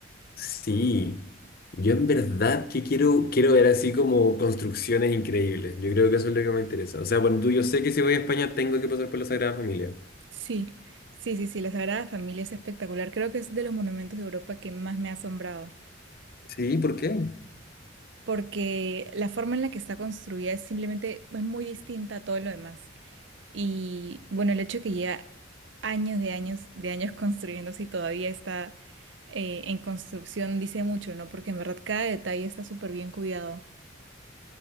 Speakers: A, on the left (about 50°); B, on the right (about 70°).
A: sí, yo en verdad que quiero, quiero ver así como construcciones increíbles, yo creo que eso es lo que me interesa. O sea, bueno, tú, yo sé que si voy a España tengo que pasar por la Sagrada Familia.
B: Sí, sí, sí, sí, la Sagrada Familia es espectacular. Creo que es de los monumentos de Europa que más me ha asombrado,
A: Sí, ¿por qué?
B: porque la forma en la que está construida es simplemente es muy distinta a todo lo demás. Y bueno, el hecho de que lleva años de años de años construyéndose y todavía está eh, en construcción dice mucho, ¿no? Porque en verdad cada detalle está súper bien cuidado.